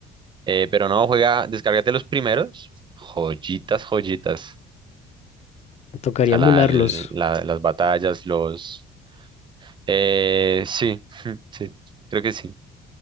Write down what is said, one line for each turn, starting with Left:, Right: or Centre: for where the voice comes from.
Right: Eh, pero no, juega, descárgate los primeros. Joyitas, joyitas.
Left: me tocaría
Right: O sea,
Left: emularlos.
Right: la- la- las batallas, los... eh, sí, <laughs> sí, creo que sí.